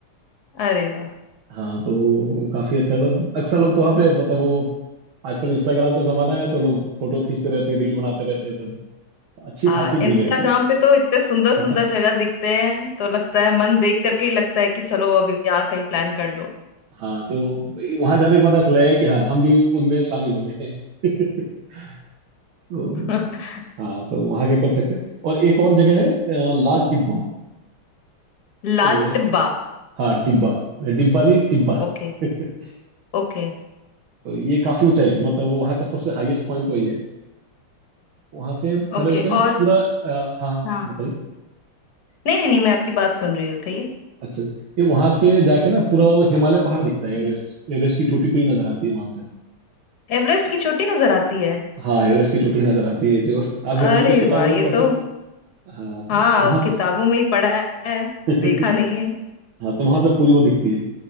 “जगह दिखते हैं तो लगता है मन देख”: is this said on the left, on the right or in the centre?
Left